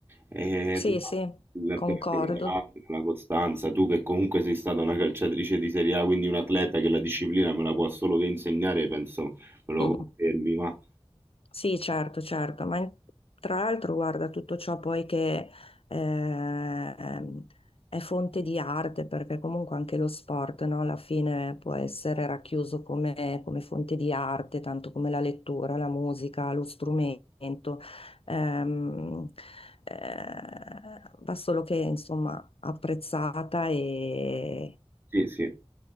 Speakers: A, on the right; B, on the left.
A: E
B: Sì,
A: tu-
B: sì,
A: il
B: concordo.
A: perseverare, la costanza, tu che comunque sei stata una calciatrice di Serie A, quindi un atleta che la disciplina me la può solo che insegnare, penso me lo
B: <laughs>
A: confermi, ma
B: Sì, certo, certo, ma in- tra l'altro guarda tutto ciò poi che ehm, è fonte di arte, perché comunque anche lo sport, no, alla fine può essere racchiuso come, come fonte di arte, tanto come la lettura, la musica, lo strumento. Ehm, eh, va solo che insomma apprezzata e
A: sì, sì,